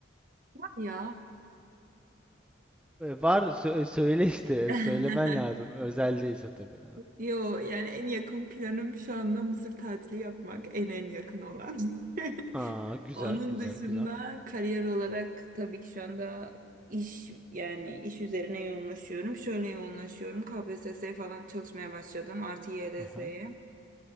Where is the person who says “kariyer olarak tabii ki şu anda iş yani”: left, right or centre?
Right